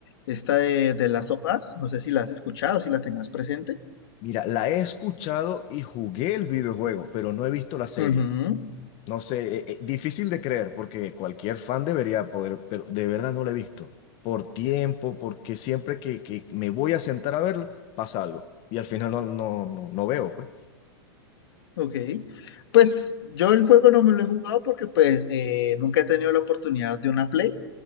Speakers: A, on the left; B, on the left.
A: Esta de, de Last of Us. No sé si la has escuchado, si la tengas presente.
B: Mira, la he escuchado y jugué el videojuego, pero no he visto la serie.
A: Ujú,
B: No sé, eh, eh, difícil de creer porque cualquier fan debería poder, pero de verdad no lo he visto. Por tiempo, porque siempre que, que me voy a sentar a verlo, pasa algo. Y al final no, no, no, no veo, pues.
A: Ok. Pues yo el juego no me lo he jugado porque pues eh, nunca he tenido la oportunidad de una Play.